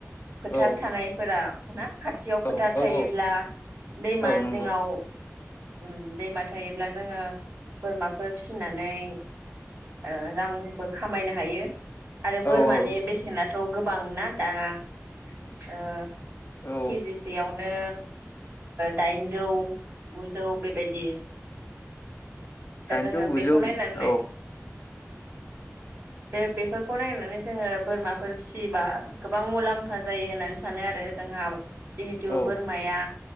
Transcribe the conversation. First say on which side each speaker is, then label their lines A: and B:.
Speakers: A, on the right; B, on the left.
A: फोथार
B: औ
A: थानायफोरा ना। खाथियाव फोथार
B: औ
A: थायोब्ला
B: औ औ
A: दैमा
B: औ नंगौ
A: जिंङाव अम दैमा थायोब्ला जोंङो बोरमाफोर फिनानै ओ रांबो खामायनो हायो। आरो बोरमानि
B: औ औ
A: बेसेना थ' गोबांना दाना ओ
B: औ
A: केजिसेयाव नो दाइनजौ गुजौ बेबायदि। दा
B: दाइनजौ
A: जोङो
B: गुजौ
A: बेखौ नायनानै
B: औ
A: बे बेफोरखौ नायनानै जोंङो बोरमाफोर फिसियोबा गोबां मुलाम्फा जायो होननानै सानो आरो। जोंहा जिहेटु
B: औ
A: बोरमाया